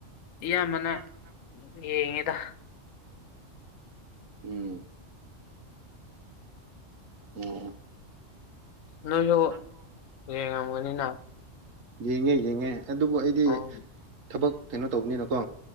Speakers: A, on the left; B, on the right.
A: ꯏꯌꯥꯝꯕꯅ
B: ꯑꯌꯥꯝꯕꯅ
A: ꯌꯦꯡꯉꯤꯗ
B: ꯎꯝ ꯑꯣ
A: ꯅꯣꯏꯁꯨ
B: ꯅꯪꯖꯨ
A: ꯌꯦꯡꯉꯝꯒꯅꯤꯅ
B: ꯌꯦꯡꯉꯦ ꯌꯦꯡꯉꯦ ꯑꯗꯨꯕꯨ ꯑꯩꯗꯤ
A: ꯑꯣ
B: ꯊꯕꯛ ꯀꯩꯅꯣ ꯇꯧꯕꯅꯤꯅꯀꯣ